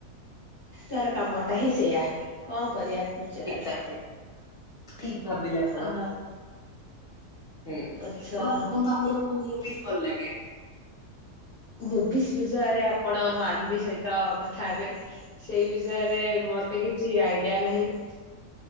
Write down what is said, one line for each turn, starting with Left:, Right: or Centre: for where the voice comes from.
Left: ତାର କାମଟାହିଁ ସେଇୟା କଣ କରିବା। ବିଚରା
Centre: ଏଗ୍ଜାଟଲୀ
Left: ଟାକୁ
Centre: ଠିକ୍ ଭାବିଲେ ଆପଣ।
Left: ଅ
Centre: ହୁଁ ଆପଣ
Left: ଆଚ୍ଛା
Centre: କୁହନ୍ତୁ ଆପଣଙ୍କୁ କୋଉ ମୁଭିସ୍ ଭଲ ଲାଗେ?
Left: ମୁଭିସ୍ ବିଷୟରେ ଆପଣ ମାନଭି ସହିତ କଥା ହେବେ। ସେଇ ବିଷୟରେ ମତେ କିଛି ଆଇଡିଆ ନାହିଁ।